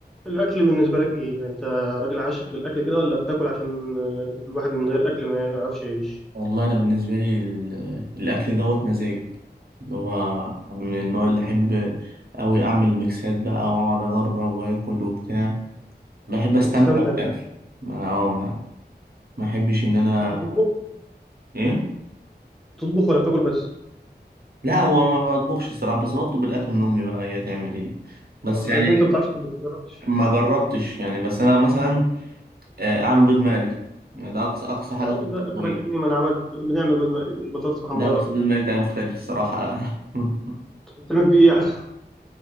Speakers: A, in the centre; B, on the right.
A: الاكل بالنسبه لك ايه يعني انت راجل عاشق للاكل كده ولا بتاكل عشان آه، الواحد من غير اكل ما يعرفش يعيش
B: والله انا بالنسبه لي ال- الاكل دوت مزاج اللي هو انا من النوع اللي احب اوي اعمل ميكسات بقى واقعد اجرب واكل وبتاع بحب استمتع
A: بتستمتع بالاكل
B: بالاكل ما اه ما ما احبش ان انا
A: طب بتطبخ
B: ايه
A: بتطبخ ولا بتاكل بس
B: لا هو ما بطبخش الصراحه بس بطلب الاكل من امي بقى هي تعمل ايه بس
A: آه،
B: يعني
A: لكن انت ما بتعرفش تطبخ ما جربتش
B: ما جربتش يعني بس انا مثلا آه، اعمل بيض مقلي يعني ده اقصى اقصى حاجه
A: لا
B: في
A: ما ده
B: الطبيخ
A: اخرك يعني ما انا عملت بنعمل بيض مقلي وبطاطس محمره
B: لا بس البيض المقلي بتاعي مختلف الصراحه <laughs>
A: بتعمل فيه ايه يعني